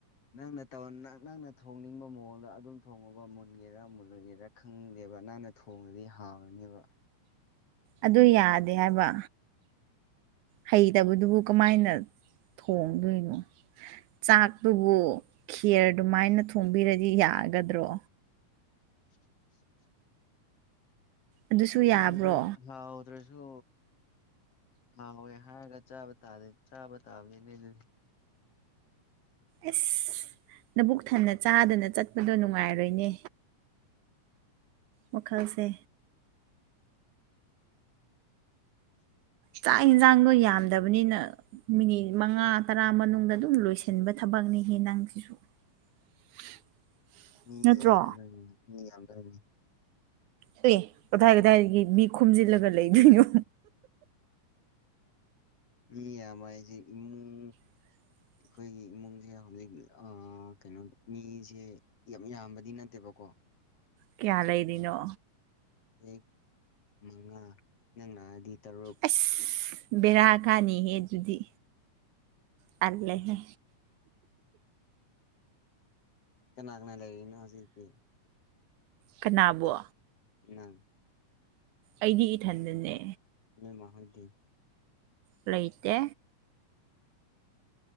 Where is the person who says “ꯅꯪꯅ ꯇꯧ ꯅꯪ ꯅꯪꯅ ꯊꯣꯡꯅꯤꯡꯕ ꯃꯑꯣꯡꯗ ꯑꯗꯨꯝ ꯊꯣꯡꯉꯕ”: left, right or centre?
Left